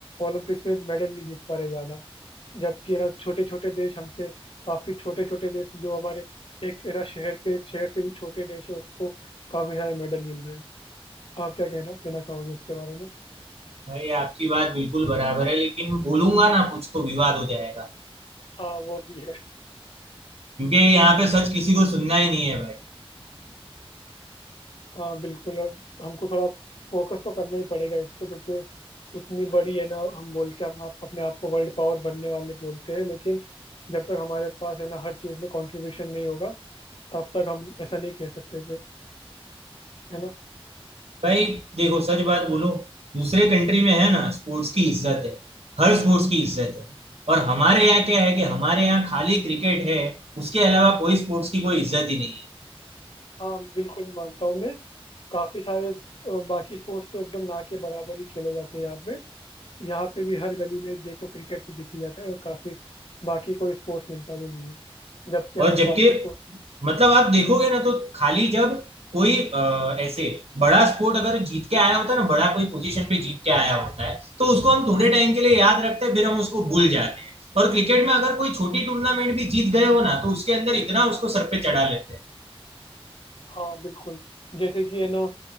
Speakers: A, on the left; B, on the right.
A: ओलंपिक्स में मेडल नहीं जीत पा रहे ज्यादा जबकि है ना छोटे छोटे देश हमसे काफी छोटे छोटे देश जो हमारे एक है ना शहर के शहर से भी छोटे देश है उसको काफी सारे मेडल मिल रहे हैं आप क्या कहना कहना चाहोगे उसके बारे में
B: भाई आपकी बात बिल्कुल बराबर है लेकिन बोलूंगा ना कुछ तो विवाद हो जाएगा
A: हाँ वो भी है
B: क्योंकि यहाँ पे सच किसी को सुनना ही नहीं है भाई
A: हाँ बिल्कुल अब हमको थोड़ा फोकस तो करना ही पड़ेगा इस पे क्योंकि इतनी बड़ी है ना हम बोल के हम आप अपने आप को वर्ल्ड पावर बनने वाले बोलते हैं लेकिन जब तक हमारे पास है ना हर चीज़ में कंट्रीब्यूशन नहीं होगा तब तक हम ऐसा नहीं कह सकते फिर है ना
B: भाई देखो सच बात बोलो दूसरे कंट्री में है ना स्पोर्ट्स की इज्जत है हर स्पोर्ट्स की इज्जत है और हमारे यहाँ क्या है कि हमारे यहाँ खाली क्रिकेट है उसके अलावा कोई स्पोर्ट्स की कोई इज्जत ही नहीं है
A: हाँ बिल्कुल मानता हूँ मैं काफ़ी सारे अ, बाकी स्पोर्ट्स तो एकदम ना के बराबर ही खेले जाते हैं यहाँ पे यहाँ पे भी हर गली में देखो क्रिकेट तो दिख ही जाता है और काफ़ी बाकी कोई स्पोर्ट्स मिलता भी नहीं है जबकि
B: और
A: हमको
B: जबकि
A: बाकी स्पोर्ट्स
B: मतलब आप देखोगे ना तो खाली जब कोई अ, ऐसे बड़ा स्पोर्ट अगर जीत के आया होता है ना बड़ा कोई पोजीशन पे जीत के आया होता है तो उसको हम थोड़े टाइम के लिए याद रखते हैं फिर हम उसको भूल जाते हैं और क्रिकेट में अगर कोई छोटी टूर्नामेंट भी जीत गए हो ना तो उसके अंदर इतना उसको सर पे चढ़ा लेते हैं
A: हाँ बिल्कुल जैसे कि है ना